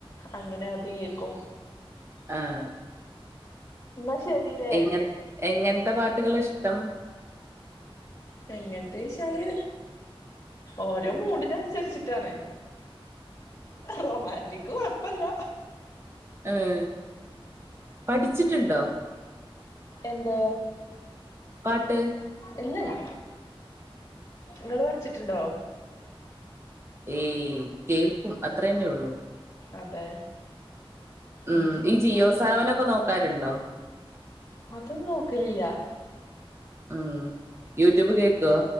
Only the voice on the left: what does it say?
അങ്ങനെ അത് കേൾക്കും.
എന്നാ ശെരീ രെ
എങ്ങനത്തെ ച്ചാല് ഓരോ മൂടിനനുസരിച്ചിട്ടാണ്. റൊമാന്റിക്ക് കുഴപ്പല്ല്യാ
എന്ത്?
ഇല്ല ഞാ നിങ്ങള് പഠിച്ചിട്ടുണ്ടോ?
അതെ
ആ
അതൊന്നും നോക്കലില്ല